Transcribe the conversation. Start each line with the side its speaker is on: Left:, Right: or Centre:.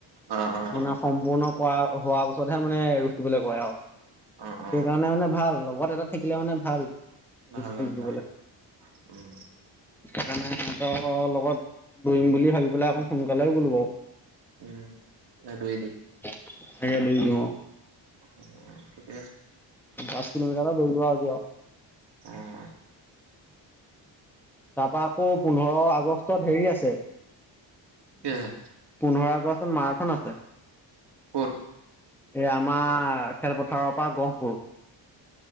Right: অ', অ',
Centre: মানে সম্পূৰ্ণ কৰা হ পিছতহে মানে থিকিবলৈ কয় আৰু,
Right: অ', অ',
Centre: সেইকাৰণে মানে ভাল লগত এটা থাকিলে মানে ভাল।
Right: ভাল ভাল
Centre: মিলিবলে।
Right: ভাল উম।
Centre: সেইকাৰণে সিহতৰ লগত ডং বুলি ভাবি পেলাই অকণ সোনকালে গ'লো বাৰু।
Right: উম নদবৰি।
Centre: <unintelligible>
Right: <unintelligible>
Centre: দহ কিলোমিটাৰ এটা দৰিলো আজি আৰু।
Right: অ'।
Centre: তাৰপা আকৌ, পোন্ধৰ আগষ্টত হেৰি আছে,
Right: কি আছে
Centre: পোন্ধৰ <unintelligible> মাৰাথন আছে।
Right: ঘোট
Centre: এ আমাৰ খেলপথাৰৰ পৰা গহপুৰ।